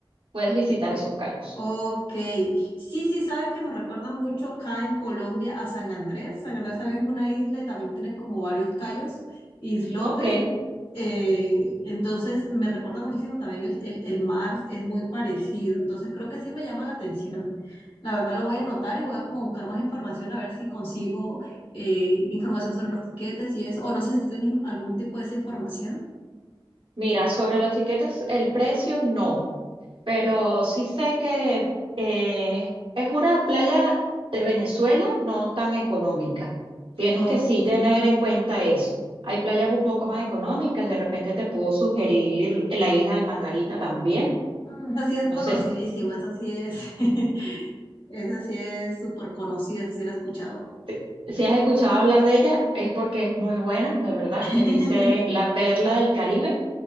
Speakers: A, on the right (about 70°); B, on the left (about 80°).
A: puedes visitar esos cayos.
B: Ok, sí, sí, sabes que me recuerdan mucho acá en Colombia a San Andrés. San Andrés también es una isla y también tiene como varios cayos, islotes.
A: Ok.
B: Eh, entonces me recuerda muchísimo también el, el, el mar, es muy parecido. Entonces creo que sí me llama la atención. La verdad lo voy a anotar y voy a como buscar más información a ver si consigo eh, información sobre los tiquetes y eso. O no sé si tú tienes algún tipo de esa información.
A: Mira, sobre los tiquetes, el precio no. Pero sí sé que eh, es una playa de Venezuela no tan económica. Tienes
B: Ok.
A: que sí tener en cuenta eso. Hay playas un poco más económicas. De repente te puedo sugerir la isla de Margarita también.
B: Mm, Esa sí es
A: No
B: conocidísima,
A: sé
B: esa sí es. <laughs> Esa sí es súper conocida, esa sí la he escuchado.
A: Sí. Si has escuchado hablar de ella, es porque es muy buena, de verdad.
B: <laughs>
A: Le dicen la perla del Caribe.